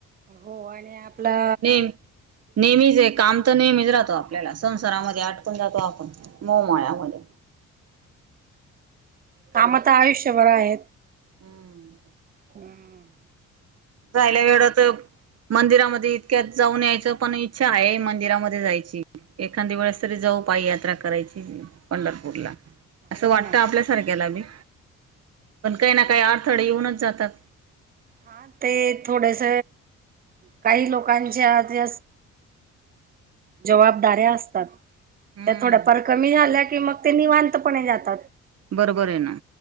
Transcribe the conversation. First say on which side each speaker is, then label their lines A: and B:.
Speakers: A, on the right; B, on the right.
A: हो आणि आपला
B: नेम नेहमीच आहे काम तर नेहमीच राहतो आपल्याला संसारामध्ये आटकून जातो आपण मोहमाळ्यामध्ये.
A: कामतर आयुष्यभरं आहे.
B: हम्म.
A: हम्म.
B: जायला वेड तर मंदिरामध्ये इतक्यात जाऊन यायचं पण इच्छा आहे मंदिरामध्ये जायची एखादी वेळेस तरी जाऊ पायी यात्रा करायची पंढरपूरला असं
A: हो
B: वाटतं
A: ना
B: आपल्यासारख्याला बी पण काही ना काही आठ आळथडे येऊनच जातात.
A: हा ते थोडेस काही लोकांच्या ज जबाबदाऱ्या असतात
B: हम्म
A: त्या थोड्याफार कमी झाल्या की मग ते निवांतपणे जातात.
B: बरोबर आहे ना